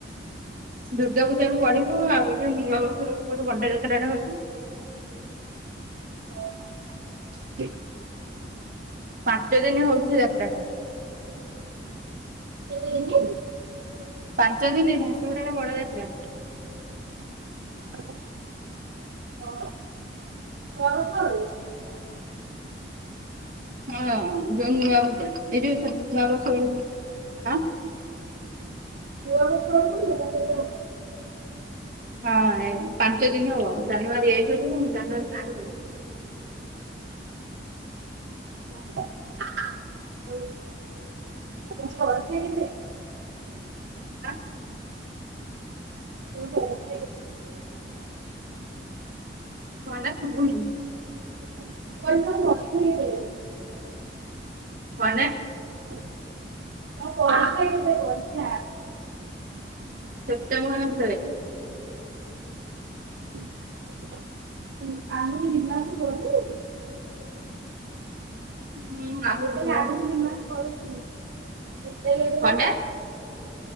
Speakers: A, on the right; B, on the right.
A: ଦୁର୍ଗା ପୂଜା ପଢିବୁ ଆଉ ଏ ଯୋଉ ବଣ୍ଡ ଯାତ୍ରାଟା ହଉଛି।
B: ଓହୋ ଠିକ।
A: ପାଞ୍ଚ ଦିନ ହଉଛି ସେ ଯାତ୍ରା ଟା।
B: କେତେ ଦିନି?
A: ପାଞ୍ଚ ଦିନି ଝାରସୁଗୁଡାରେ ବଡଯାତ୍ରା।
B: <inaudible> ଓ ମରୁ ତଳୁ।
A: ହଁ ଯଉ ନୂଆ ଔଉଟା ଏଇ ନୂଆ ବର୍ଷ ବେଲୁକୁ ଆଁ।
B: <unintelligible>
A: ହଁ ପାଞ୍ଚ ଦିନ ହବ ଜାନୁଆରୀ ଏଇ କହିବ ମୁ ଜାନୁଆରୀ ପାଞ୍ଚ ରହିବି।
B: <unintelligible>
A: <unintelligible>
B: ଓହୋ।
A: <unintelligible>
B: <unintelligible>
A: କ ହେଳା?
B: ହଁ ପରୀକ୍ଷା କେତେ ପରୀକ୍ଷା?
A: ସେମ୍ପଟେବର ମାସରେ।
B: <unintelligible>
A: ହୁଁ ଆହୁରି
B: ମୁଁ କହିଲି
A: ଦି ମାସ
B: ଆହୁଛି ଦି ମାସ କରୁଛି ଏତେ ଲେଟ୍
A: କଣଟା
B: କର।